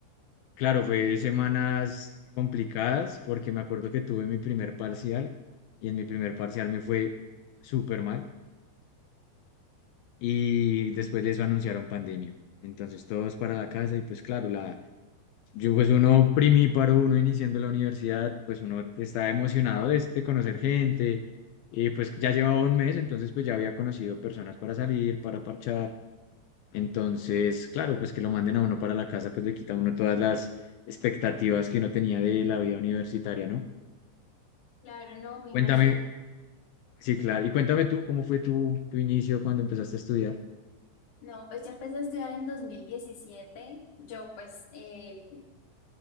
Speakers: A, on the left; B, on the left.
A: Claro, fue semanas complicadas porque me acuerdo que tuve mi primer parcial y en mi primer parcial me fue súper mal y después de eso anunciaron pandemia. Entonces todos para la casa y pues claro, la, yo pues uno primíparo, uno iniciando la universidad, pues uno está emocionado de, de conocer gente y pues ya llevaba un mes, entonces pues ya había conocido personas para salir, para parchar Entonces, claro, pues que lo manden a uno para la casa, pues le quita a uno todas las expectativas que uno tenía de la vida universitaria, ¿no?
B: Claro, no, me
A: Cuéntame,
B: imagino.
A: sí, claro, y cuéntame tú, ¿cómo fue tu, tu inicio cuando empezaste a estudiar?
B: No, pues yo empecé a estudiar en 2017. Yo pues eh,